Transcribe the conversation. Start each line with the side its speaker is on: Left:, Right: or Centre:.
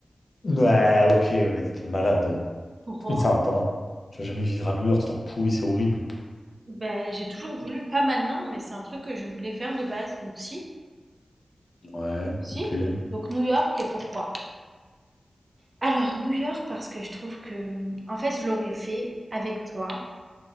Left: Ouais, ok, ouais, t'es une malade.
Right: Pourquoi?
Left: Mais ça va pas. Tu vas jamais vivre à New York, c'est trop pourri, c'est horrible.
Right: Ben, j'ai toujours voulu, pas maintenant, mais c'est un truc que je voulais faire de base, donc si.
Left: Ouais,
Right: Si.
Left: ok.
Right: Donc New York et pourquoi? Alors New York parce que je trouve que, mmh, en fait je l'aurais fait avec toi,